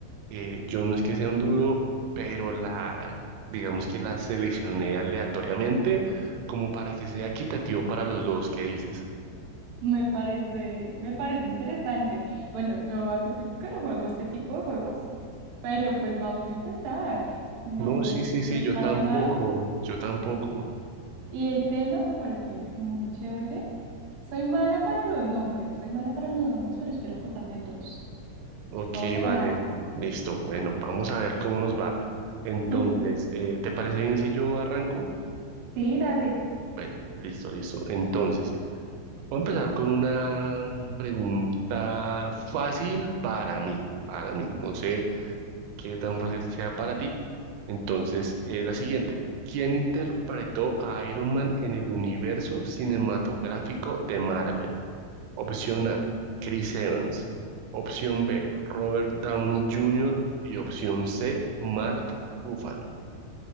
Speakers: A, on the right (about 85°); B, on the right (about 65°).
A: eh, yo no es que sea un duro, pero la, digamos que la seleccioné aleatoriamente como para que sea equitativo para los dos, ¿qué dices?
B: me parece, me parece interesante. Bueno, yo hace tiempo que no juego este tipo de juegos, pero pues vamos a intentar. No,
A: No,
B: no,
A: sí, sí, sí,
B: no está
A: yo tampoco,
B: de más.
A: yo tampoco.
B: Y el tema me parece muy chévere. Soy mala para los nombres, soy mala para los nombres, pero espero acordarme de todos.
A: Ok,
B: Vamos a
A: vale,
B: ganar.
A: listo. Bueno, vamos a ver cómo nos va. Entonces,
B: <laughs>
A: eh, ¿te parece bien si yo arranco?
B: Sí, dale.
A: Bueno, listo, listo. Entonces, voy a empezar con una pregunta fácil para mí, para mí. No sé qué tan fácil sea para ti. Entonces, eh, la siguiente. ¿Quién interpretó a Iron Man en el universo cinematográfico de Marvel? Opción A, Chris Evans. Opción B, Robert Downey Jr. Y opción C, Mark Ruffalo.